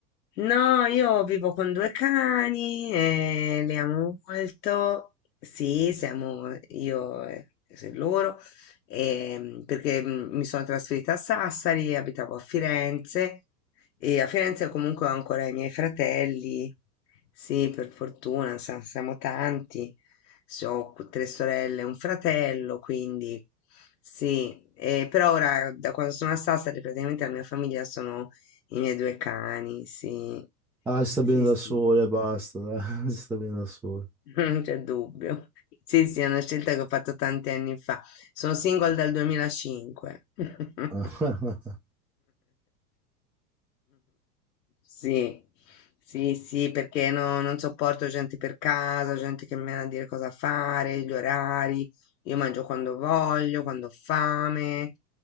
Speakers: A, on the left; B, in the centre.
A: No, io vivo con due cani e li amo molto. Sì, siamo io e e loro, ehm, perché mm, mi sono trasferita a Sassari, abitavo a Firenze e a Firenze comunque ho ancora i miei fratelli. Sì, per fortuna, sa- siamo tanti. So, ho qu- tre sorelle e un fratello, quindi sì, eh, però ora da quando sono a Sassari praticamente la mia famiglia i miei due cani, sì,
B: Ah, si sta
A: sì,
B: bene
A: sì,
B: da sole, basta, dai, <laughs> si sta bene da sole.
A: <laughs> non c'è dubbio. Sì, sì, è una scelta che ho fatto tanti anni fa. Sono single dal 2005. <laughs>
B: <laughs>
A: Sì, sì, sì, perché no- non sopporto gente per casa, gente che mi viene a dire cosa fare, gli orari. Io mangio quando voglio, quando ho fame,